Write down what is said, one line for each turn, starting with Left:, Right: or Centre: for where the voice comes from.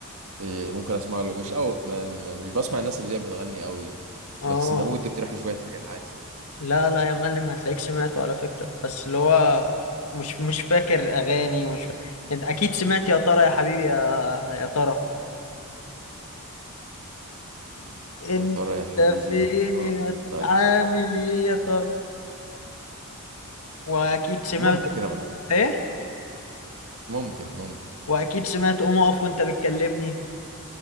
Right: آه، ممكن اسمع له مش قوي ما- مش بسمع الناس اللي هي بتغني قوي دي
Left: اه
Right: بس انت ممكن تقترح لي شوية حاجات عادي
Left: لا لا يا معلم هتلاقيك سمعته على فكرة بس اللي هو مش مش فاكر اغاني مش فا... انت اكيد سمعت يا ترى يا حبيبي يا يا ترى انت
Right: يا ترى يا حبيبي
Left: فين
Right: يا ترى
Left: يا ت-
Right: تقريبا
Left: عامل
Right: ده.
Left: ايه يا ترى واكيد سمعت
Right: ممكن ابقى
Left: ايه
Right: ممكن ممكن
Left: واكيد سمعت قوم اقف وانت بتكلمني